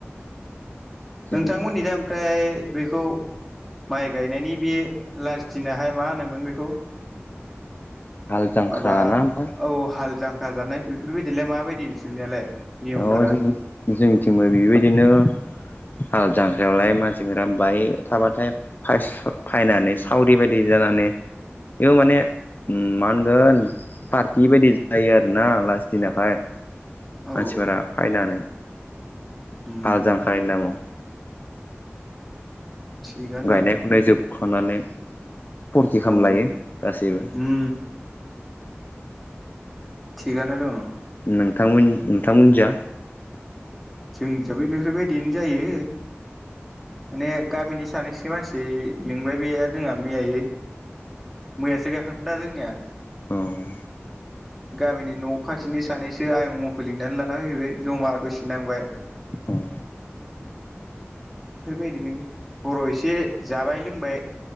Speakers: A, on the left; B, in the centre.
A: जों
B: नोंथांमोननि दा ओमफ्राय बेखौ माइ गायनायनि बे लास दिनहाय मा होनोमोन बेखौ
A: हाल जांख्रा
B: माबा
A: ना मा
B: औ हाल जांक्रा जानाय बेफोरबायदिलाय माबायदि नोंसोरनियालाय नियमफोरा
A: औ जों जोंनिथिंबो बेबायदिनो हाल जांख्रायावलाय मानसिफोरा बाय थाबाथाय फायस फायनानै सावरि बायदि जानानै बेबो माने उम मा होनगोन पारटि बायदि जायो आर ना लास दिनाहाय
B: औ
A: मानसिफोरा फायनानै
B: उम
A: हाल जांख्रानि नामाव
B: थिगानो
A: गायनाय फुनाय जोबखांनानै फुरथि खालामलायो
B: औ
A: गासैबो
B: उम थिगानानो दंङ।
A: नोंथांमोन नोंथांमोन जा
B: जोंनि जाबो बेफोरबायदिनो जायो माने गामिनि सानैसो मानसि बै लिंबाय बे जोंहा मैयै मैयासो गाखांदो दा जोंनिया
A: औ
B: गामिनि न' खाथिनि सानैसो आइं मुंखौ लिंनानै लाना फैजोब्बाय जमा दसे नांबाय
A: उम
B: बेफोरबायदिनो हरआव एसे जाबाय लोंबाय